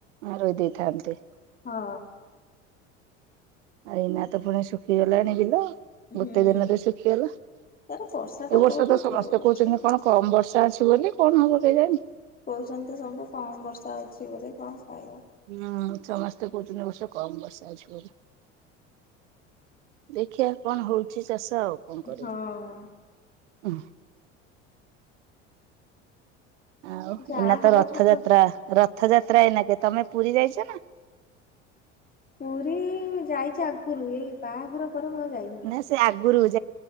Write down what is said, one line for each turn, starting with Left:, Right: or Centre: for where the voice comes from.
Right: ରୋଇ ଦେଇଥାନ୍ତେ।
Left: ହଁ।
Right: ଆ ଏଇନା ତ ପୁଣି ଶୁଖିଗଲାଣି ବିଲ!
Left: ହୁଁ
Right: ଗୋଟେ ଦିନରେ ଶୁଖିଗଲା। ଏ
Left: ତାର ବର୍ଷା ଟା
Right: ବର୍ଷ
Left: କୋଉଠି
Right: ତ ସମସ୍ତେ
Left: ହଉଛି
Right: କହୁଛନ୍ତି, କଣ କମ୍ ବର୍ଷା ଅଛି ବୋଲି! କଣ ହବ କେ ଜାଣି?
Left: ଚନ୍ତି, ସବୁ କମ୍ ବର୍ଷା ଅଛି ବୋଲି କଣ? କହିବ
Right: ହୁଁ, ସମସ୍ତେ କହୁଚନି, ଏ ବର୍ଷ କମ୍ ବର୍ଷା ଅଛି ବୋଲି? ଦେଖିଆ କଣ ହଉଛି ଚାଷ, ଆଉ କଣ କରିବୁ?
Left: ହଁ
Right: ଉ ହୁ, ଆଉ
Left: ଯାହା
Right: ଏଇନା ତ
Left: ହବ
Right: ରଥଯାତ୍ରା
Left: ଠାକୁର
Right: ରଥ୍ ରଥଯାତ୍ରା ଏଇନା କେ! ତମେ ପୁରୀ ଯାଇଛ ନା?
Left: ପୁରୀ ଯାଇଛି ଆଗରୁ, ଏଇ ବାହାଘର ପରେ ମୁଁ ଆଉ ଯାଇନି
Right: ନା, ସେ ଆଗରୁହୁ